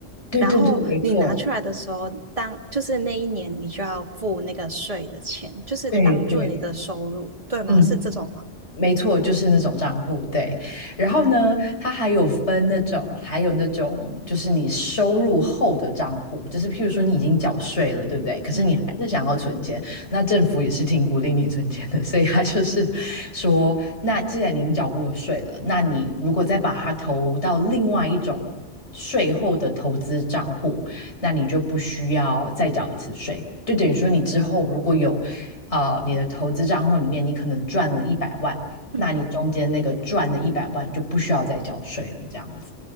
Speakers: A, on the left; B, on the right.
A: 对对对，
B: 然后你拿出来的时候，
A: 没错，
B: 当就是那一年你就要付那个税的钱，就是当做你的收入，
A: 对对，
B: 对吗？
A: 嗯，
B: 是这种吗？
A: 没错，就是那种账户，对。然后呢，它还有分那种，还有那种，就是你收入后的账户，就是譬如说你已经缴税了，对不对？可是你还是想要存钱，
B: 嗯
A: 那政府也是挺鼓励你存钱的，所以他就是说，那既然您缴过税了，那你如果再把它投到另外一种税后的投资账户，那你就不需要再缴一次税，就等于说你之后如果有。呃，你的投资账户里面，你可能赚了一百万，
B: 嗯。
A: 那你中间那个赚的一百万就不需要再缴税了，这样子，